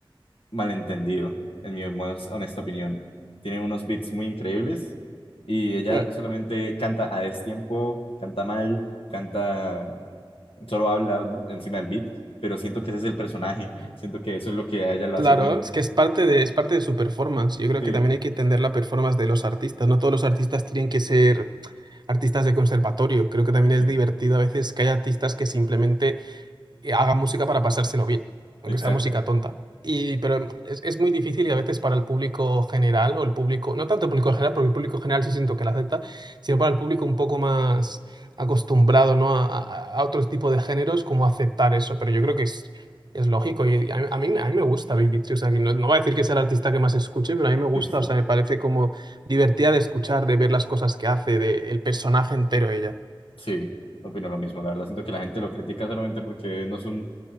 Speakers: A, on the left; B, on the right.
A: malentendido, en mi más honesta opinión. Tiene unos beats muy increíbles y ella
B: Hmm.
A: solamente canta a destiempo, canta mal, canta, solo habla encima del beat, pero siento que ese es el personaje, siento que eso es lo que a ella lo
B: Claro,
A: hace bueno.
B: es que es parte de, es parte de su performance. Yo creo
A: Sí,
B: que también hay que entender la performance de los artistas. No todos los artistas tienen que ser artistas de conservatorio. Creo que también
A: sí,
B: es divertido a veces que hay artistas que simplemente eh, hagan música para pasárselo bien, aunque
A: exacto.
B: sea música tonta. Y, pero es, es muy difícil y a veces para el público general o el público, no tanto el público general, porque el público general sí siento que la acepta, sino para el público un poco más acostumbrado, ¿no? a, a- a otros tipos de géneros, como aceptar eso. Pero yo creo que es, es lógico y a, a mí, a mí me gusta Billie Eilish, O sea, que no, no voy a decir que sea el artista que más escuche, pero a mí me gusta,
A: Sí, sí, sí,
B: o sea, me parece como divertida de escuchar, de ver las cosas que hace, de el personaje entero ella.
A: Sí, opino lo mismo. La verdad, siento que la gente lo critica solamente porque no es un